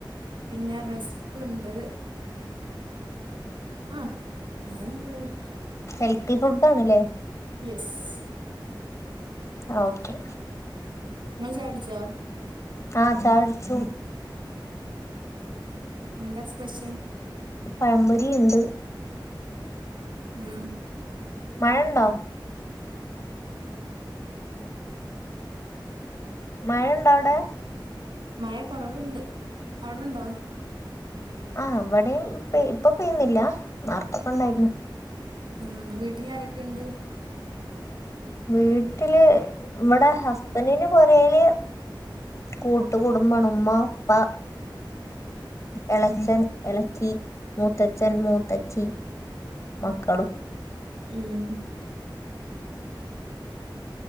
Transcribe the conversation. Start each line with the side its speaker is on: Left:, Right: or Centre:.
Right: പിന്നെ റസ്ക് ണ്ട്. ആഹ് അങ്ങനെ ഓരോന്.
Left: ഹെൽത്തി ഫുഡ് ആണല്ലേ
Right: യെസ്.
Left: ആ ഓക്കെ.
Right: നിങ്ങൾ ചായട്ച്ചോ?
Left: ആഹ ചാട്ച്ചു.
Right: എന്താസ് പെശൽ
Left: പഴംപൊരി
Right: ന്താണ്.
Left: ഉണ്ട്
Right: ഉം.
Left: മഴ ഉണ്ടോ മഴുണ്ട അവ്ടെ?
Right: മഴ കുറവുണ്ട് അവിടെണ്ടോ?
Left: ആ് അവിടെയും ഇപ്പൊ ഇപ്പൊ പെയ്യുന്നില്ല ന്നാർത്തൊക്കെ ഉണ്ടായിരുന്നു.
Right: ഉം വീട്ടിൽ ആാരൊക്കെുണ്ട്?
Left: വീട്ടില് വ്ടെ ഹസ്ബൻറിന്റെ പൊരേല് കൂട്ട് കുടുംബാണ് ഉമ്മ അപ്പ എളച്ചൻ എളച്ചി മൂത്തച്ഛൻ മൂ ചി മക്കളും.
Right: ഉം.